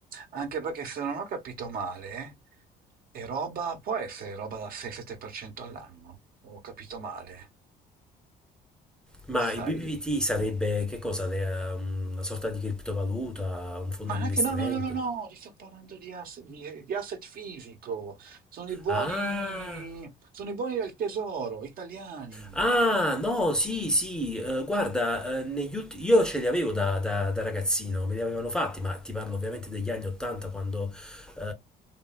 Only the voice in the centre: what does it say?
Ma
il BBVT sarebbe che cosa? De- um, Una sorta di criptovaluta, un fondo
di
investimento?
Ah,
ah, no, sì, sì, eh, guarda, eh, negli ulti- io ce li avevo da, da- da ragazzino, me li avevano fatti, ma ti parlo ovviamente degli anni 80 quando eh,